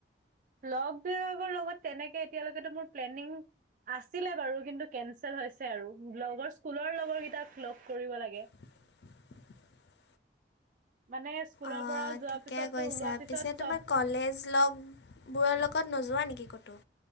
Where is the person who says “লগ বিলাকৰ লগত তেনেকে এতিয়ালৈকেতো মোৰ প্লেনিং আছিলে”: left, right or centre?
Right